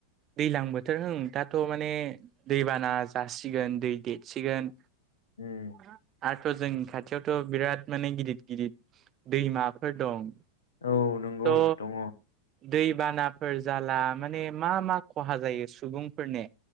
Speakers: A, on the right; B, on the left.
A: दैलां बोथोर होम दाथ' माने दैबाना जासिगोन दै देतसिगोन
B: उम
A: दाथ' जों खाथियावथ' बिराद माने गिदित-गिदित दैमाफोर दं
B: औ नंगौ
A: त'
B: दङ
A: दैबानाफोर जाला माने मा मा खहा जायो सुबुंफोरनि